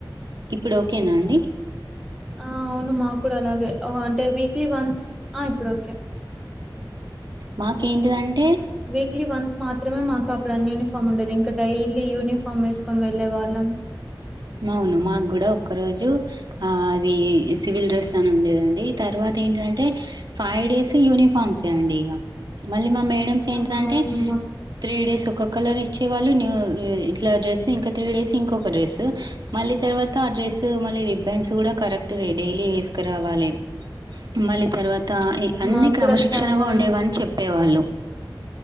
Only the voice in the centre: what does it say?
ఆ అవును మాకు కూడా అలాగే అంటే వీక్లీ వన్స్ ఆ ఇప్పుడు ఓకే
వీక్లీ వన్స్ మాత్రమే మాకు అప్పుడు యూనిఫార్ ఫా ఉండది ఇంకా డైలీ యూనిఫామ్ వేసుకొని వెళ్ళే వాళ్ళం
ఆహా అవును మా
మాకు
కూడా చాలా